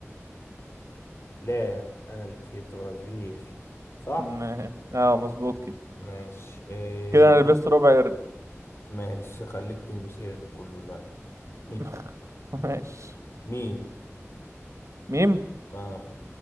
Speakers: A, on the left; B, on the right.
A: لام انا اللي كسبت برازيل صح
B: م- <laughs> اه مظبوط كده
A: ماشي آه...
B: كده انا
A: مين
B: لبست ربع قرد
A: ماشي خليك تلبس ايه ده كله دلوقتي مي
B: <laughs> ماشي
A: مي
B: ميم
A: اه